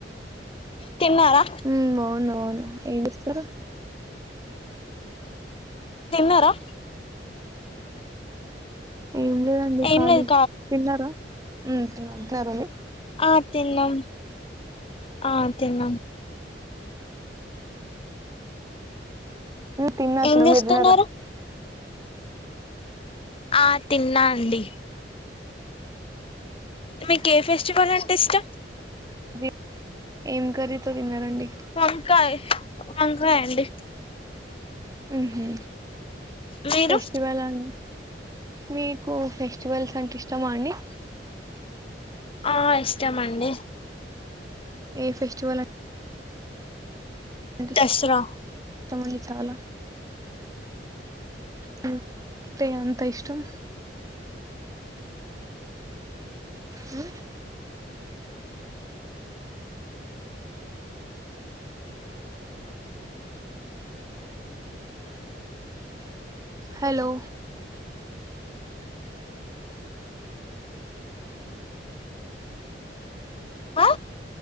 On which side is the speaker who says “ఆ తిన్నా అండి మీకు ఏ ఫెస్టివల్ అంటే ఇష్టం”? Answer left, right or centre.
Left